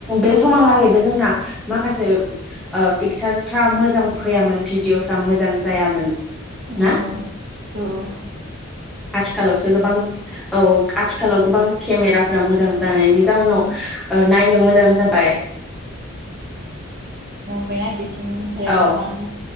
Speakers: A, in the centre; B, on the right.
A: बे समहालागैबो जोंना माखासे ओ पिकसारफ्रा मोजां फैयामोन भिडिअफ्रा मोजां जायामोन।
B: उम्म
A: ना
B: ओ ओ ओ
A: आथिखालावसो गोबां औ आथिखालाव गोबां केमेराफोरा मोजां जानायनि
B: औ
A: जाउनाव
B: औ
A: नायनो मोजां जाबाय।
B: बायना <unintelligible> सायाव
A: औ
B: गोबां